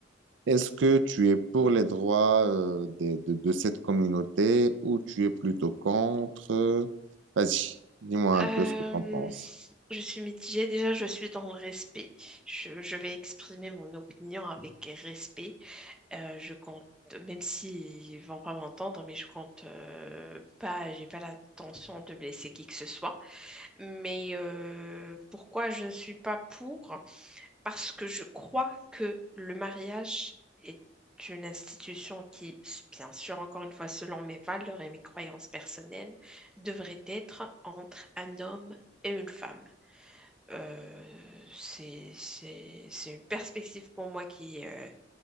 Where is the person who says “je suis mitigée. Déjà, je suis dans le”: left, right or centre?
Centre